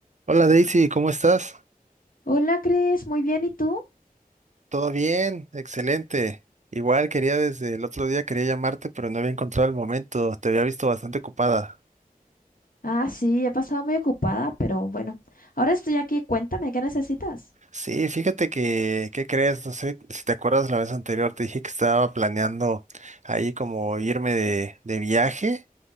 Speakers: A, on the right; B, on the left.
A: Hola Daisy, ¿cómo estás?
B: Hola, Cris, muy bien, ¿y tú?
A: ¿Todo bien? Excelente. Igual quería desde el otro día quería llamarte, pero no había encontrado el momento. Te había visto bastante ocupada.
B: Ah, sí, he pasado muy ocupada, pero bueno, ahora estoy aquí, cuéntame, ¿qué necesitas?
A: Sí, fíjate que, ¿qué crees? No sé si te acuerdas la vez anterior, te dije que estaba planeando ahí como irme de, de viaje